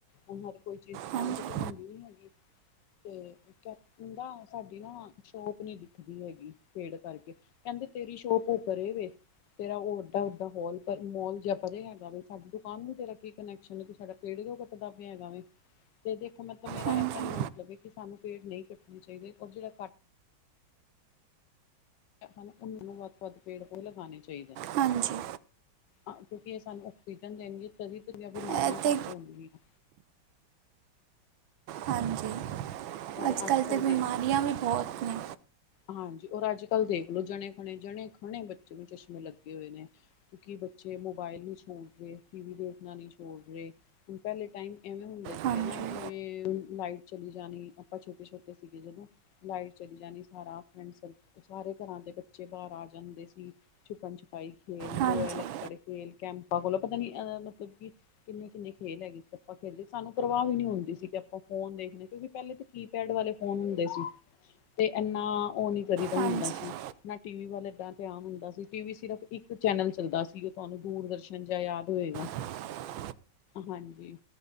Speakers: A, on the left; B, on the right.
A: ਹੁਣ ਹਰ ਕੋਈ ਚੀਜ਼ ਦੁਕਾਨ
B: ਹਾਂਜੀ
A: ਤੇ ਤਾਂ ਹੈਨੀ। ਨਹੀ ਹੈਗੀ, ਤੇ ਕੈਪਦਾ ਸਾਡੀ ਨਾ ਸ਼ੋਪ ਨੀ ਦਿਖਦੀ ਹੈਗੀ। ਪੇੜ ਕਰਕੇ, ਕਹਿੰਦੇ ਤੇਰੀ ਸ਼ੋਪ ਉਹ ਪਰੇ ਵੇ। ਤੇਰਾ ਉਹ ਵੱਡਾ-ਵੱਡਾ ਹੋਲ ਮੋਲ ਜਾਂ ਪਰੇ ਹੈਗਾ ਵੀ ਸਾਡੀ ਦੁਕਾਨ ਨੂੰ ਤੇਰਾ ਕੀ ਕਨੈਕਸ਼ਨ ਤੂੰ ਸਾਡਾ ਪੇੜ ਕਿਉਂ ਕੱਟਦਾ ਪਿਆ ਹੈਗਾ ਵੇ। ਇਹਦੇ ਮਤਲਬ ਮੇਰਾ
B: ਹਾਂਜੀ
A: ਇਹ ਕਹਿਣ ਮਤਲਬ ਹੈ ਕਿ ਸਾਨੂੰ ਪੇੜ ਨਹੀਂ ਕੱਟਣੀ ਚਾਹੀਦੇ ਔਰ ਜਿਹੜਾ ਕੱਟ ਹਨਾਂ ਉਹਨਾਂ ਨੂੰ ਵੱਧ ਤੋਂ ਵੱਧ ਪੇੜ ਭਏ ਲਗਾਣੇ ਚਾਹੀਦੇ।
B: ਹਾਂਜੀ।
A: ਹਾਂ ਕਿਉਂਕਿ ਇਹ ਸਾਨੂੰ ਆਕਸੀਜਨ ਦੇਣਗੇ ਤਦੀ ਤਾਂ ਬਿਮਾਰੀਆਂ
B: ਇਹ ਤੇ
A: ਘੱਟ ਹੋਣਗੀਆਂ।
B: ਹਾਂਜੀ,
A: ਔਰ
B: ਅੱਜਕੱਲ੍ਹ
A: ਅੱਜ ਕੱਲ੍ਹ
B: ਤਾਂ ਬਿਮਾਰੀਆਂ
A: ਦੇ
B: ਵੀ ਬਹੁਤ ਨੇ।
A: ਹਾਂਜੀ ਔਰ ਅੱਜਕੱਲ੍ਹ ਦੇਖ ਲੋ ਜਣੇ ਖਣੇ, ਜਣੇ ਖਣੇ ਬੱਚੇ ਨੂੰ ਚਸ਼ਮੇ ਲੱਗੇ ਹੋਏ ਨੇ। ਕਿਉਂਕਿ ਬੱਚੇ ਮੋਬਾਇਲ ਨੀ ਛੋੜ ਰਹੇ, ਟੀ ਵੀ ਦੇਖਣਾ ਨੀ ਛੋੜ ਰਹੇ। ਪਹਿਲੇ ਟਾਈਮ ਐਵੇਂ ਹੁੰਦੇ ਸੀਗੇ
B: ਹਾਂਜੀ
A: ਨਾ ਜਿਵੇਂ ਲਾਈਟ ਚਲੀ ਜਾਣੀ ਆਪਾਂ ਛੋਟੇ-ਛੋਟੇ ਸੀਗੇ ਜਦੋਂ ਲਾਈਟ ਚਲੀ ਜਾਣੀ ਸਾਰਾ ਪਿੰਡ ਸਾਰੇ ਘਰਾਂ ਦੇ ਬੱਚੇ ਬਾਹਰ ਆ ਜਾਂਦੇ ਸੀ। ਛੁਪਣ-ਛੁਪਾਈ ਖੇਲ
B: ਹਾਂਜੀ
A: ਲੋ ਐ ਲੱਕੜ ਖੇਲ ਕੈਂਪਾਂ ਕੋਲ ਪਤਾ ਨੀ ਏਦਾਂ ਮਤਲਬ ਕੀ ਕਿੰਨੇ-ਕਿੰਨੇ ਖੇਲ ਹੈਗੇ ਸੀ ਆਪਾਂ ਖੇਲਦੇ ਸਾਨੂੰ ਪਰਵਾਹ ਵੀ ਨੀ ਹੁੰਦੀ ਸੀ ਕਿ ਆਪਾਂ ਫੋਨ ਦੇਖਦੇ ਕਿਉਂਕਿ ਪਹਿਲੇ ਤਾਂ ਕੀ ਪੈਡ ਵਾਲੇ ਫੋਨ ਹੁੰਦੇ ਸੀ, ਤੇ ਇਨਾ ਉਹ ਨੀ ਕਰੀਦਾ ਹੁੰਦਾ
B: ਹਾਂਜੀ
A: ਸੀ, ਨਾ ਟੀ ਵੀ ਵੱਲ ਇੰਨਾਂ ਧਿਆਨ ਹੁੰਦਾ ਸੀ ਟੀ ਵੀ ਸਿਰਫ ਇੱਕ ਚੈਨਲ ਚੱਲਦਾ ਸੀ ਉਹ ਤੁਹਾਨੂੰ ਦੂਰਦਰਸ਼ਨ ਜਾਂ ਯਾਦ ਹੋਏਗਾ।
B: <inaudible>
A: ਹਾਂਜੀ।